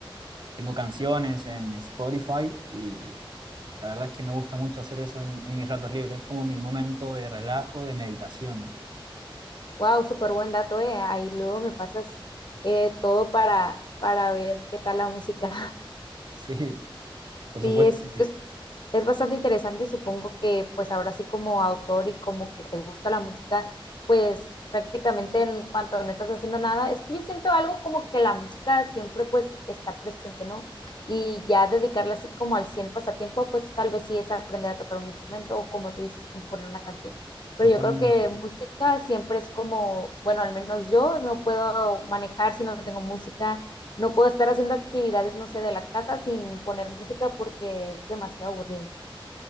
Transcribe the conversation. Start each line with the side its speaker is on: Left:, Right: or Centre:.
Right: Tengo canciones en Spotify y La verdad es que me gusta mucho hacer eso en, en mis ratos libres. Es como mi momento de relajo, de meditación. <laughs>
Left: Wow, súper buen dato, eh. Ahí luego me pasas eh, todo para, para ver qué tal la música.
Right: Sí,
Left: <laughs>
Right: por
Left: Sí,
Right: supuesto
Left: es
Right: que sí.
Left: es Es bastante interesante y supongo que pues ahora sí como autor y como que te gusta la música, pues prácticamente en cuanto no estás haciendo nada, es que yo siento algo como que la música siempre pues está presente, ¿no? Y ya dedicarle así como al 100 pasatiempo, pues tal vez sí es aprender a tocar un instrumento o como tú dices, componer una canción. Pero
Right: Totalmente.
Left: yo creo que música siempre es como, bueno, al menos yo no puedo manejar si no tengo música, no puedo estar haciendo actividades, no sé, de la casa sin poner música porque es demasiado aburrido.